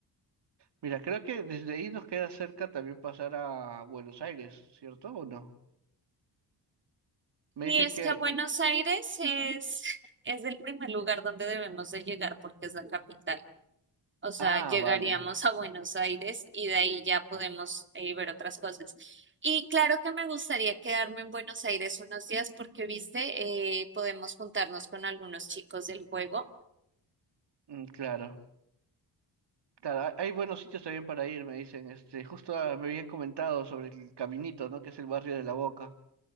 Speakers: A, on the right; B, on the right.
A: Mira, creo que desde ahí nos queda cerca también pasar a Buenos Aires, ¿cierto o no? Me
B: Y
A: dicen
B: es
A: que...
B: que Buenos Aires es, es el primer lugar donde debemos de llegar porque es la capital. O sea,
A: Ah,
B: llegaríamos
A: vale.
B: a Buenos Aires y de ahí ya podemos eh, ver otras cosas. Y claro que me gustaría quedarme en Buenos Aires unos días porque, viste, eh, podemos juntarnos con algunos chicos del juego.
A: Mm, claro. Claro, hay hay buenos sitios también para ir, me dicen. Este, justo ah, me habían comentado sobre el Caminito, ¿no? Que es el barrio de La Boca,